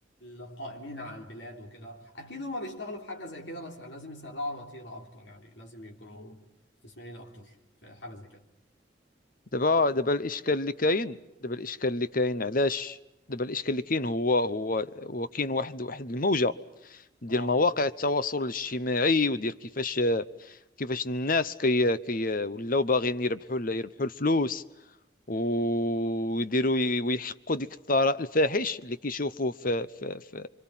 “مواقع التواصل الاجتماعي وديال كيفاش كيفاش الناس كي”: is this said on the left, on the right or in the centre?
Left